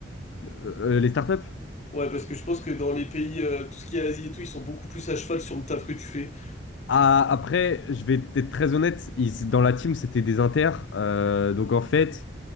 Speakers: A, on the left; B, on the left.
A: Euh, les startups?
B: Ouais, parce que je pense que dans les pays, euh, tout ce qui est Asie et tout, ils sont beaucoup plus à cheval sur le taf que tu fais.
A: Ah, après, je vais être très honnête, ils- dans la team, c'était des inters. Euh, donc en fait,